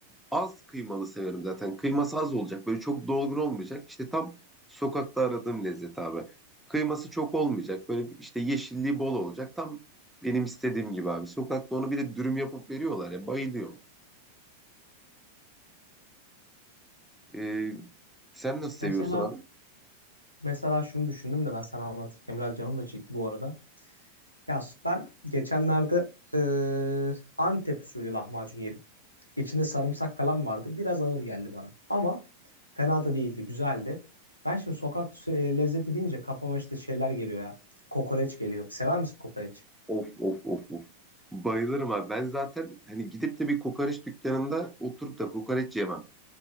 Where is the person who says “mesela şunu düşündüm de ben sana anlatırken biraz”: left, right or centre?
Left